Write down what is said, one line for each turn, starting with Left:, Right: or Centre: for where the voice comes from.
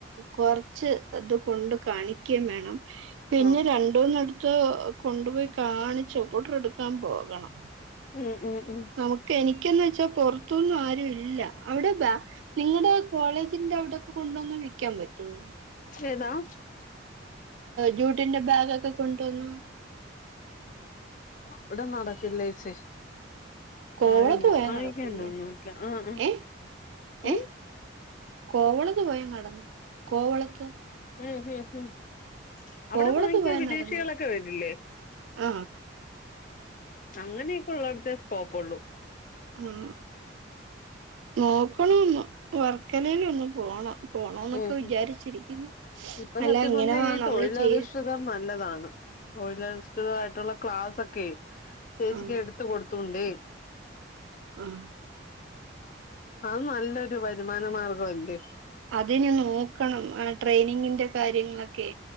Right: കൊറച്ച് അത് കൊണ്ട് കാണിക്കുകയും വേണം.. പിന്നെ
Left: ആഹ്
Right: രണ്ടുന്നിടത്തു കൊണ്ടുപോയി കാണിച്ചു ഓടർ എടുക്കാൻ പോകണം.
Left: ഉം ഉം ഉം
Right: നമുക്ക് എനിക്കന്ന് വെച്ചാ പൊറത്തൊന്നും ആരു ഇല്ല. അവിടെ ബ നിങ്ങ ടെ കോളേജിന്റെ അവിടെ കൊണ്ടുവന്ന് വിൽക്കാൻ പറ്റോ?
Left: ഏതാ <unintelligible>
Right: ജൂട്ടിന്റെ ബാഗൊക്കെ കൊണ്ടുവന്നു.
Left: അവിടെ നടക്കില്ലേച്ചേ
Right: കോവളത്ത്
Left: ആ മോ
Right: പോയാ
Left: ആയിക്കണ്ടോ
Right: നടക്കൂല്ലേ
Left: ഒന്നട്ടില്ല ആഹ ആ
Right: ഏ
Left: ഉ <unintelligible> <unintelligible>
Right: ഏ കോവളത്ത് പോയാൽ നടന്നേ കോവളത്ത്.
Left: ഉം, ഹും, ഹും,
Right: കോവളത്ത്
Left: അവിടെ വാങ്ങിക്ക
Right: പോയാ
Left: വിദേശികളൊക്കെ
Right: നടന്നേ
Left: വരില്ലേ?
Right: ആ.
Left: അങ്ങനെയൊക്കെ ഉള്ളടത്തേ സ്കോപ്പൊള്ളൂ
Right: ആ നോക്കണന്ന് വർക്കലയില ഒന്ന്പോണം പോണന്നൊക്കെ
Left: ഉം
Right: വിചാരിച്ചിരിക്കുന്നു
Left: ഉം ഇപ്പൊ സത്യം
Right: അല്ല ഇങ്ങനെ
Left: പറഞ്ഞാ ഈ
Right: നമ്മള്
Left: തൊഴിലധിഷ്ഠിതം
Right: ചെയ
Left: നല്ലതാണ് തൊഴിലശ്ചിതമായിട്ടുള്ള ക്ലാസക്കോ ചേച്ചിക്ക്
Right: ആ
Left: എടുത്ത കൊടുത്തോണ്ടേ
Right: ആഹ
Left: അഹ് നല്ലൊരു വരുമാന മാർഗംല്ലേ
Right: അതയ്ന് നോക്കണം ട്രെയിനിങ്ങിന്റെ കാര്യങ്ങളൊക്കെ